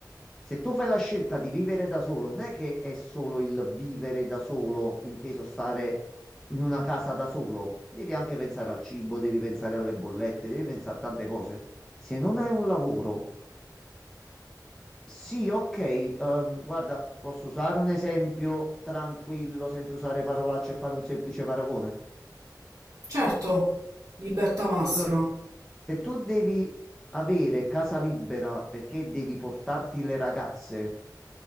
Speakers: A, in the centre; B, on the right.
A: se tu fai la scelta di vivere da solo, non è che è solo il vivere da solo, inteso stare in una casa da solo. Devi anche pensare al cibo, devi pensare alle bollette, devi pensare a tante cose. Se non hai un lavoro, sì, ok, ehm, guarda, posso usare un esempio tranquillo, senza usare parolacce e fare un semplice paragone.
B: Certo, libertà massima.
A: Allora, se tu devi avere casa libera perché devi portarti le ragazze,